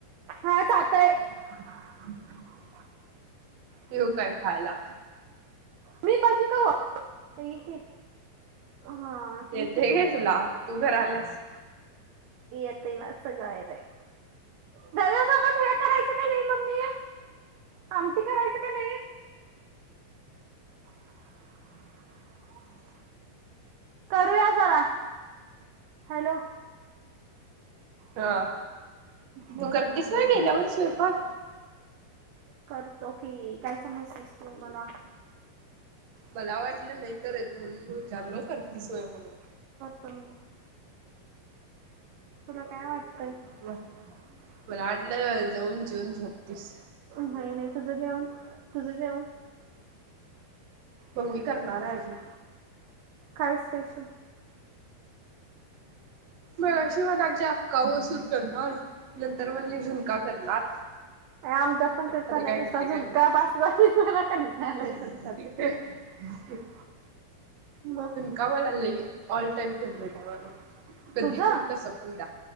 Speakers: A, on the right; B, on the right.
A: हा तर आताय
B: ह येव काय खायला
A: मी भाजी का हा
B: ते
A: ये
B: ते घे तुला तू घर आल्यास
A: त मा असं गायर आहे. घरासोबत हे करायचं का नाही मम्मी. आमटी करायचं का नाही.
B: <unintelligible>
A: करूया जरा हॅलो.
B: हा
A: बोल
B: तू करतीस
A: की
B: गेल्यावर स्वयंपाक.
A: करतो कि काय समज अस तो मला.
B: मला वाटलं नाही करत म्हणून विचारलो करती सोय म्हणून.
A: तमीही. तुला काय वाटतंय?
B: म मला आटलं जाऊन जून छत्तीस.
A: नाही नाही तुझं जेवण तुझ जेवण.
B: मम्मी करणार आहेजी.
A: काय स्पेशल. हम्.
B: मग अशी मलागचे अक्का वसूर करणार नंतर म्हजे झुणका करणार.
A: आमच्यात पण तेच
B: आता
A: चाललंय
B: काय
A: नुसता
B: करते काय.
A: झुणका बास झाली मला कंटाळा आलाय
B: ह
A: झुणक्याचा.
B: <inaudible>
A: म.
B: कामालालं ऑल टाईम फेवरेट आहे मला कधी
A: तुझं
B: पण कसं पण दा